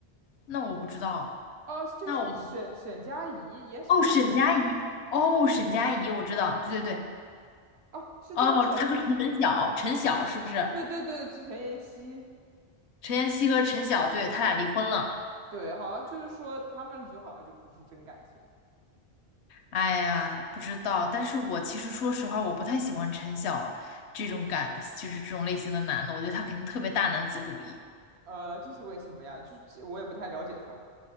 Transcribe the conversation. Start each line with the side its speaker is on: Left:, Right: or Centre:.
Left: 那我不知道，
Right: 哦，叫什么沈沈佳宜演沈佳宜的那个
Left: 那我哦，沈佳宜，哦，沈佳宜，我知道，对对对，
Right: 哦，是叫陈陈
Left: 哦，她和陈晓，陈晓是不是？
Right: 对对对陈妍希
Left: 陈妍希和陈晓，对，他俩离婚了。
Right: 对，好像就是说他们就好像就不是真感情，
Left: 哎呀，不知道，但是我其实说实话，我不太喜欢陈晓这种感，就是这种类型的男的，我觉得他肯定特别大男子主义。
Right: 呃，这是为什么呀？就是我也不太了解她。